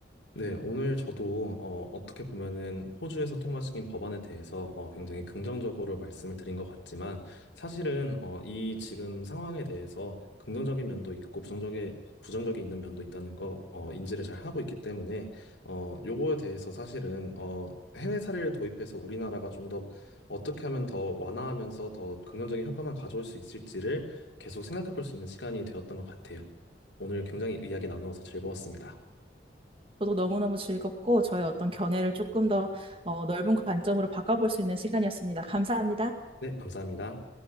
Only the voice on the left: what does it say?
네, 오늘 저도 어, 어떻게 보면은 호주에서 통과시킨 법안에 대해서 어, 굉장히 긍정적으로 말씀을 드린 것 같지만 사실은 어, 이 지금 상황에 대해서 긍정적인 면도 있고 부정적인 부정적인 있는 면도 있다는 거 어, 인지를 잘 하고 있기 때문에 어, 요거에 대해서 사실은 어, 해외 사례를 도입해서 우리나라가 좀 더 어떻게 하면 더 완화하면서 더 긍정적인 효과만 가져올 수 있을지를 계속 생각해 볼 수 있는 시간이 되었던 것 같아요. 오늘 굉장히 이야기 나누어서 즐거웠습니다.
네, 감사합니다.